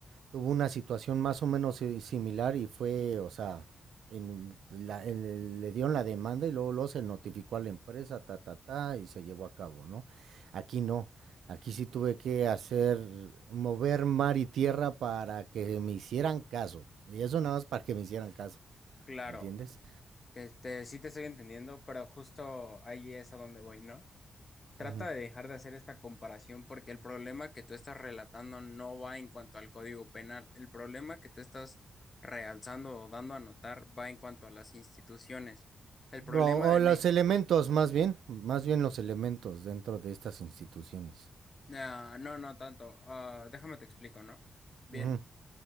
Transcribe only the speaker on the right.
tuvo una situación más o menos si- similar y fue, o sea, en la- el- le dieron la demanda y luego, luego se notificó a la empresa, ta, ta, ta, y se llevó a cabo, ¿no? Aquí no. Aquí sí tuve que hacer, mover mar y tierra para que me hicieran caso. Y eso nada más para que me hicieran caso,
entiendes?
Ujú.
O,
o los
elementos, más bien, más bien los elementos dentro de estas instituciones.
Ujú,